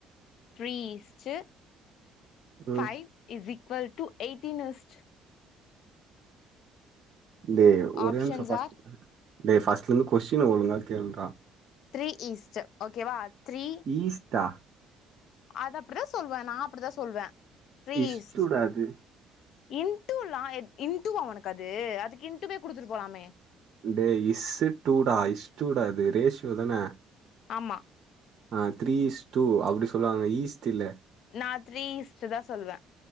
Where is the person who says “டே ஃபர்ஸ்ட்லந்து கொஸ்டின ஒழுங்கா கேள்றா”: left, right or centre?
Right